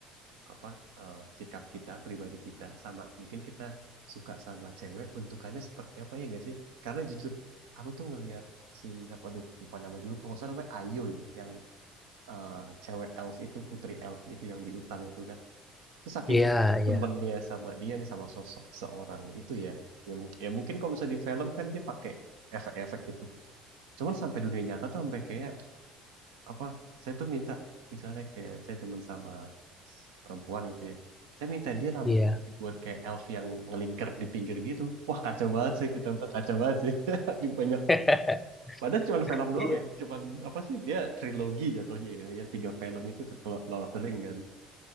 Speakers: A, on the right; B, on the left.
A: apa eh, sikap kita pribadi kita sama mungkin kita suka sama cewek bentukannya seperti apa ya gak sih? Karena jujur aku tuh ngelihat si apa aduh lupa namanya dulu kalau nggak salah namanya Ayo ya yang eh, cewek elf itu putri elf itu yang di hutan itu kan terus saking
B: iya iya
A: temennya sama dia nih sama sosok seorang itu ya ya, mungkin ya mungkin kalau bisa di film kan dia pakai efek-efek gitu kan cuman sampai dunia nyata tuh sampai kayak apa saya tuh minta misalnya kayak saya demen sama perempuan gitu ya saya minta dia rambut
B: iya
A: dibuat kayak elf yang ngelingkar di pinggir gitu wah kacau banget sih kita buat kacau banget sih <laughs> di banyak
B: <laughs>
A: Padahal cuman film doang
B: iya
A: ya. Cuman apa sih dia trilogi jatuhnya ya. Ya tiga film itu kan kalau Lord of the Ring kan.